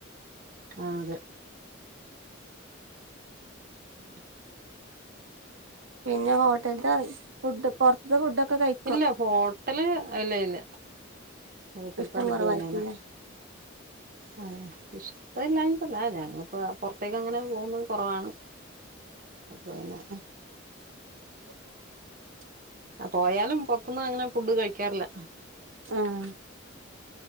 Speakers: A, on the right; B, on the right.
A: ആഹ് അതെ ഉം
B: പിന്നെ ഹോട്ടൽത്താ ഫുഡ്ഡ് പൊർത്ത്ത്തെ ഫുഡ്ഡ്ഒക്കെ കഴി
A: ഇല്ല ഹോട്ടല് ഇല്ല ഇല്ല വീട്ടിൽത്തെ
B: ഇഷ്ടം
A: ഫുഡ്
B: കുറവായിരിക്കൂല്ലേ
A: തന്നെണ് ആഹ് ഇഷ് ഇഷ്ട്ട ഇല്ലാഞ്ഞിട്ടല്ല ഞങ്ങളിപ്പോ പൊറത്തേക്ക് അങ്ങനെ പോകുന്നത് കൊറവാണ് അപ്പോ പിന്നെ
B: <inaudible>
A: പോയാലും പൊർത്തുന്നങ്ങനെ ഫുഡ് കഴിക്കാറില്ല
B: ആഹ്